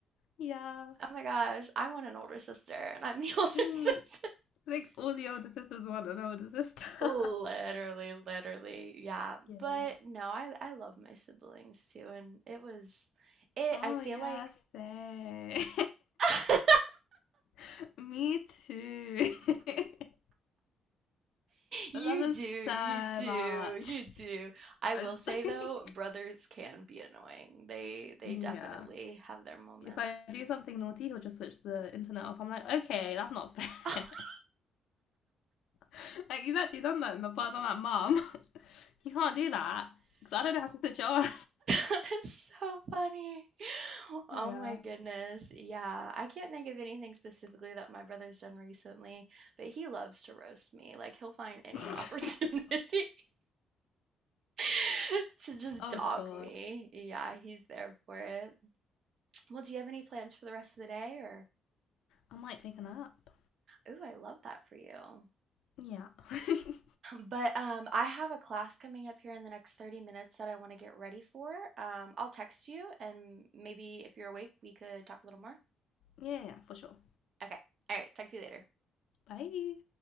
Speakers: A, on the left; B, on the right.
A: <laughs> yeah,
B: Oh my gosh, I want an older sister and I'm the <laughs> older
A: mm.
B: sister.
A: I think all the older sisters want an older sister.
B: Literally,
A: <laughs>
B: literally, yeah. But
A: yeah.
B: no, I I love my siblings too, and it was it.
A: Oh
B: I feel
A: yeah,
B: like
A: say.
B: <laughs>
A: <laughs> Me too. <laughs>
B: you
A: I love them
B: do,
A: so
B: you do,
A: much.
B: you do. I
A: I
B: will
A: was-
B: say though, brothers can be annoying. They
A: <laughs>
B: they
A: yeah.
B: definitely have their moments.
A: if I do something naughty, he'll just switch the internet off. I'm like, okay, that's not fair.
B: <laughs>
A: <laughs> like, he's actually done that in the past. I'm like, mom, <laughs> you can't do that because I don't know how to switch it on.
B: That is so funny. Oh
A: Yeah.
B: my goodness. Yeah, I can't think of anything specifically that my brother's done recently, but he loves to roast me. Like he'll find any
A: <laughs>
B: opportunity. <laughs> <laughs> To just
A: oh,
B: dog
A: God.
B: me. Yeah, he's there for it. Well, do you have any plans for the rest of the day or
A: I might take a nap.
B: Ooh, I love that for you. <laughs>
A: Yeah. <laughs>
B: But, um, I have a class coming up here in the next 30 minutes that I wanna get ready for. Um, I'll text you and maybe if you're awake, we could talk a little more?
A: yeah, yeah, for sure.
B: Okay. All right, talk to you later.
A: Bye.